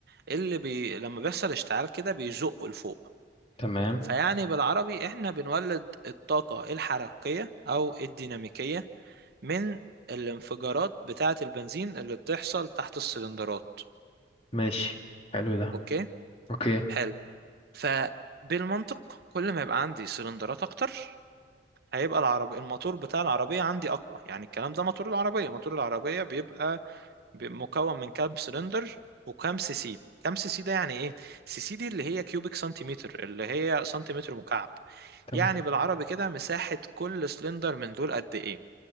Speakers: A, on the right; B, on the left.
A: اللي بي... لما بيحصل اشتعال كده بيزقه لفوق
B: تمام
A: فيعني بالعربي احنا بنولد الطاقة الحركية او الديناميكية من الانفجارات بتاعة البنزين اللي بتحصل تحت السلندرات
B: ماشي حلو ده
A: اوكي
B: اوكي
A: حلو فبالمنطق كل ما يبقى عندي سلندرات اكتر هيبقى العرب الموتور بتاع العربية عندي أقوى يعني الكلام ده موتور العربية موتور العربية بيبقى ب- مكون من كام سلندر وكام سي سي كام سي سي ده يعني ايه سي سي دي اللي هي كيوبيك سنتيمتر اللي هي سنتيمتر مكعب
B: تمام
A: يعني بالعربي كده مساحة كل سلندر من دول قد ايه